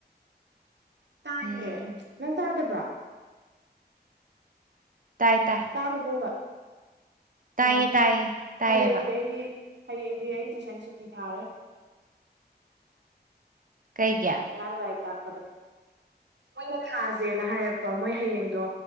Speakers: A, on the right (about 85°); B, on the right (about 50°).
A: ꯇꯥꯏꯌꯦ
B: ꯎꯝ
A: ꯅꯪ ꯇꯥꯗꯕ꯭ꯔꯥ
B: ꯇꯥꯏ ꯇꯥꯏ
A: ꯆꯥꯕ ꯀꯣꯕ
B: ꯇꯥꯏꯌꯦ
A: ꯑꯣ
B: ꯇꯥꯏꯌꯦ ꯇꯥꯏꯌꯦꯕ
A: ꯍꯌꯦꯡꯗꯤ ꯑꯩꯗꯤ ꯍꯌꯦꯡꯗꯤ ꯑꯩ ꯇꯨꯏꯁꯟ ꯁꯨꯇꯤ ꯊꯥꯔꯦ
B: ꯀꯩꯒꯤ
A: ꯑꯉꯥꯡ ꯂꯥꯏꯔꯤꯛ ꯇꯛꯄꯗꯣ ꯃꯣꯏꯅ ꯊꯥꯁꯦꯅ ꯍꯥꯏꯔꯛꯄ ꯃꯣꯏ ꯍꯌꯦꯡꯗꯣ